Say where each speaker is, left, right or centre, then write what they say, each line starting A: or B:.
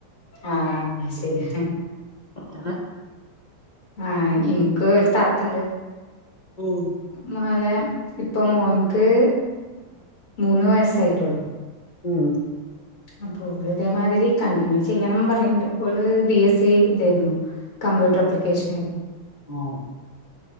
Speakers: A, on the left (about 85°); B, on the left (about 45°).
A: ആഹ ശരി
B: അത
A: ആഹ് എനിക്ക് ഒരു താത്തണ്ട്
B: ഉം
A: മലെ ഇപ്പൾ മോനിക്ക് മൂന്ന് വയസ്സായിട്ടുള്ളു.
B: ഉം
A: അപ്പൊ അവള് ഇതേമാതിരി കണ്ടിന്യൂ ചെയ്യണം പറയണ്ട്. അവള് ബി എസ് സി ഇതായിരുന്നു കമ്പ്യൂട്ടർ അപ്ലിക്കേഷൻ
B: ആ